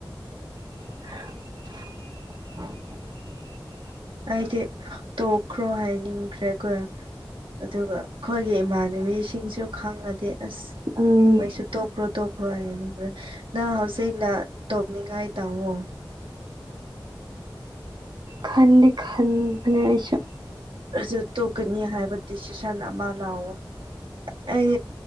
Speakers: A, on the right; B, on the right.
A: <inaudible>
B: ꯍꯥꯏꯥꯏꯗꯤ ꯇꯣꯛꯈ꯭ꯔꯣ ꯍꯥꯏꯅꯤꯡꯈ꯭ꯔꯦ ꯑꯩꯈꯣꯏ ꯑꯗꯨꯒ ꯑꯩꯈꯣꯏꯒꯤ ꯏꯃꯥꯟꯅꯕꯤꯁꯤꯡꯁꯨ ꯈꯪꯉꯗꯤ ꯑꯁ
A: ꯎꯝ
B: ꯋꯥꯣꯏꯁꯨ ꯇꯣꯛꯈ꯭ꯔꯣ ꯇꯣꯛꯈ꯭ꯔꯣ ꯍꯥꯏꯅꯤ ꯈ ꯅꯪ ꯍꯧꯖꯤꯛꯅ ꯇꯣꯞꯅꯤꯡꯉꯥꯏ ꯇꯥꯉꯣ
A: ꯈꯟꯗ ꯈꯟꯅꯁ
B: ꯑꯗꯨ ꯇꯣꯛꯀꯅꯤ ꯍꯥꯏꯕ ꯗꯤꯁꯤꯖꯟ ꯑꯃ ꯂꯥꯛꯑꯣ ꯑꯩ